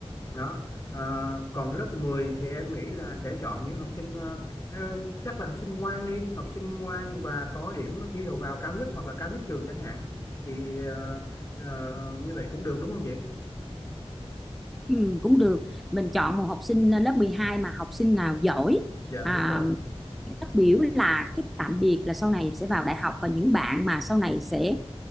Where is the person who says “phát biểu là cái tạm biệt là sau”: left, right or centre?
Centre